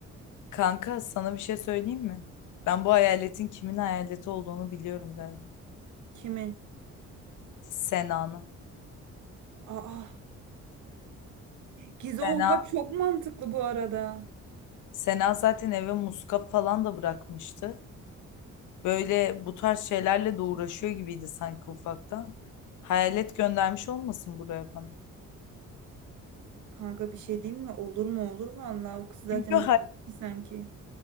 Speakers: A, on the left; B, on the right.
A: Kanka sana bir şey söyleyeyim mi? Ben bu hayaletin kimin hayaleti olduğunu biliyorum galiba.
B: Kimin?
A: Sena'nın.
B: Aa. <gasps> Gize
A: Sena,
B: oha çok mantıklı bu arada.
A: Sena zaten eve muska falan da bırakmıştı. Böyle bu tarz şeylerle de uğraşıyor gibiydi sanki ufaktan. Hayalet göndermiş olmasın buraya bana.
B: Kanka bir şey diyeyim mi? Olur mu olur vallahi o kız zaten
A: Çünkü
B: bir bitti sanki.